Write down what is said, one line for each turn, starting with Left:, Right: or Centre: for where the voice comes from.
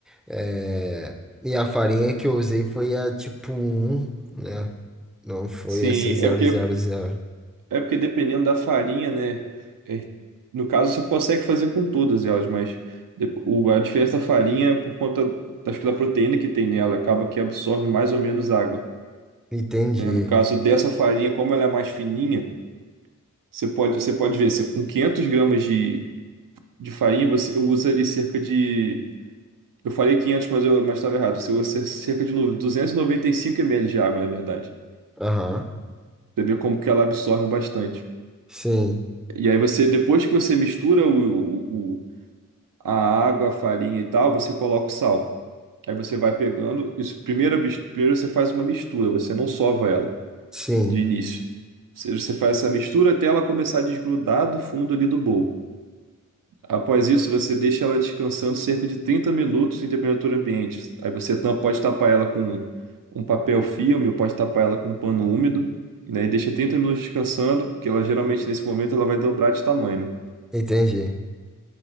Centre: É, e a farinha que eu usei foi a tipo um né? Não foi
Right: Sim,
Centre: essa zero
Right: é porque
Centre: zero zero
Right: É porque dependendo da farinha, né? é- no caso, você consegue fazer com todas elas, mas de- o- a diferença da farinha é por conta da, acho que da proteína que tem nela, acaba que absorve mais ou menos água.
Centre: Entendi.
Right: né? No caso dessa farinha, como ela é mais fininha, você pode, você pode ver, você, com 500 gramas de, de farinha, você usa ali cerca de. Eu falei 500, mas eu mas estava errado. Você usa cer- cerca de no- 295 ml de água, na verdade.
Centre: Aham.
Right: Você vê como que ela absorve bastante.
Centre: Sim,
Right: E aí você, depois que você mistura o, o, a água, a farinha e tal, você coloca o sal. Aí você vai pegando. Isso, primeiro, primeiro você faz uma mistura, você não sova ela
Centre: sim,
Right: de início. Ou seja, você faz essa mistura até ela começar a desgrudar do fundo ali do bowl. Após isso, você deixa ela descansando cerca de 30 minutos em temperatura ambiente. Aí você tampa- pode tapar ela com um papel filme ou pode tapar ela com um pano úmido, né? E deixa 30 minutos descansando, porque ela geralmente nesse momento ela vai dobrar de tamanho, né?
Centre: entendi.